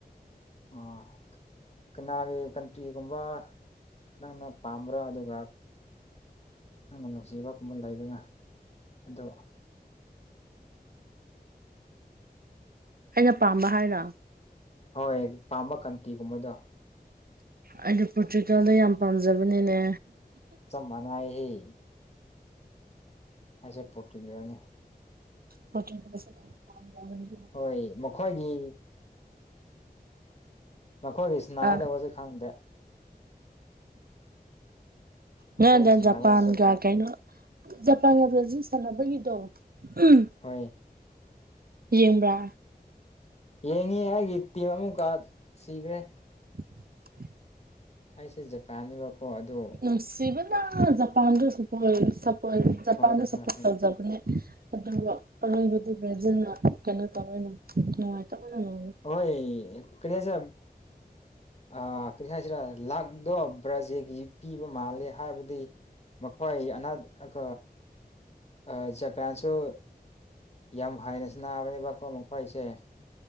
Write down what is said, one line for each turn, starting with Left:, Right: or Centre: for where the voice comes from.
Left: ꯑꯣ ꯀꯅꯥꯒꯤ ꯀꯟ ꯇꯤꯒꯨꯝꯕ ꯅꯪꯅ ꯄꯥꯝꯕ꯭ꯔꯥ ꯑꯗꯨꯒ ꯅꯪꯅ ꯅꯨꯡꯁꯤꯕꯒꯨꯝꯕ ꯂꯩꯗꯅ ꯑꯗꯨ
Right: ꯑꯩꯅ ꯄꯥꯝꯕ ꯍꯥꯏꯔꯣ
Left: ꯍꯣꯏ ꯄꯥꯝꯕ ꯀꯟꯇꯤꯒꯨꯝꯕꯗꯣ
Right: ꯑꯩꯗꯤ ꯄꯣꯔꯇꯨꯀꯦꯜꯗꯨ ꯌꯥꯝ ꯄꯥꯝꯖꯕꯅꯤꯅꯦ
Left: ꯆꯞ ꯃꯅꯩꯌꯦ ꯑꯁꯨ ꯄꯣꯇꯨꯒꯜꯅꯤ
Right: ꯍꯣ <unintelligible>
Left: ꯍꯣꯏ ꯃꯈꯣꯏꯒꯤ ꯃꯈꯣꯏꯒꯤ ꯁꯤꯅꯥꯒꯗꯧꯕꯁ‌ꯦ
Right: ꯑ
Left: ꯈꯪꯗꯦ ꯃꯈꯣꯏꯒꯤ
Right: ꯃ‌ꯦꯠ ꯏꯟ
Left: ꯁꯅꯥꯒꯗꯧꯕꯁꯦ
Right: ꯖꯄꯥꯟꯒ ꯀꯩꯅꫭ ꯖꯄꯥꯟꯒꯥ ꯕ꯭ꯔꯥꯖꯤꯟ ꯁꯥꯟꯅꯕꯒꯤꯗꯣ ꯎꯝ
Left: ꯍꯣꯏ
Right: ꯌꯦꯡꯕ꯭ꯔꯥ
Left: ꯌꯦꯡꯉꯤ ꯑꯩꯒꯤ ꯇꯤꯝ ꯑꯃꯨꯛꯀ ꯁꯤꯈ꯭ꯔꯦ
Right: <inaudible>
Left: ꯑꯩꯁꯦ ꯖꯄꯥꯟꯅꯦꯕꯀꯣ ꯑꯗꯣ
Right: ꯅꯨꯡꯁꯤꯕꯅ ꯖꯄꯥꯟꯗꯨ ꯁꯄꫭꯔꯠ ꯖꯄꯥꯟꯗ
Left: ꯍꯣꯏ
Right: ꯁꯄꯣꯔꯠ
Left: ꯍꯣꯏ ꯍꯣꯏ
Right: ꯇꯧꯖꯕꯅꯦ ꯑꯗꯨꯒ ꯑꯔꫭꯏꯕꯗꯤ ꯕ꯭ꯔꯥꯖꯤꯜꯅ ꯀꯩꯅꯣ ꯇꯧꯋꯅ ꯅꯨꯡꯉꯥꯏꯇꯕꯅꯥ ꯂꫭꯏꯔꫭ
Left: ꯍꯣꯏ ꯀꯔꯤ ꯍꯥꯏꯁꯤ ꯑꯥ ꯀꯔꯤ ꯍꯥꯏꯁꯤꯔꯥ ꯂꯥꯛꯗꯣ ꯕ꯭ꯔꯥꯖꯤꯜꯒꯤ ꯄꯤꯕ ꯃꯥꯂꯦ ꯍꯥꯏꯕꯗꯤ ꯃꯈꯣꯏ ꯑꯅꯥ <unintelligible> ꯑꯥ ꯖꯄꯥꯟꯁꯨꯣ ꯌꯥꯝ ꯍꯥꯏꯅ ꯁꯥꯅꯥꯕꯅꯦꯕꯀꯣ ꯃꯈꯣꯏꯁ‌ꯦ